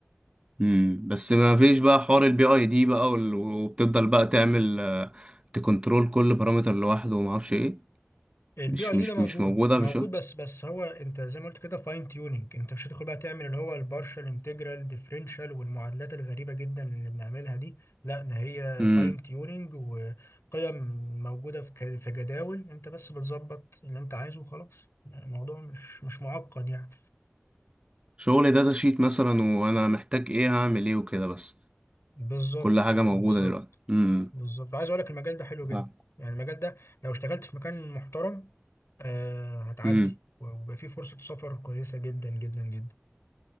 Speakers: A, on the right (about 25°); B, on the left (about 70°).
A: امم بس ما فيش بقى حوار البي اي دي بقى وال- وبتفضل بقى تعمل آه، تكنترول كل بارامتر لوحده وما اعرفش ايه
B: البي
A: مش
B: اي
A: مش
B: ده موجود
A: مش موجوده
B: موجود
A: في شغل
B: بس بس هو انت زي ما قلت كده فاين تيوننج انت مش هتدخل بقى تعمل اللي هو البارشال انتجرال ديفرنشال والمعادلات الغريبه جدا اللي بنعملها دي لا ده هي
A: امم
B: فاين تيوننج وقيم موجوده في ك- في جداول انت بس بتظبط اللي انت عايزه وخلاص الموضوع مش مش معقد يعني
A: شغل داتا شيت مثلا وانا محتاج ايه هعمل ايه وكده بس
B: بالظبط
A: كل حاجة موجودة
B: بالظبط
A: دلوقتي امم
B: بالظبط عايز اقول لك المجال ده حلو جدا
A: فاهم
B: يعني المجال ده لو اشتغلت في مكان محترم آه هتعدي
A: امم
B: ويبقى فيه فرصه سفر كويسه جدا جدا جدا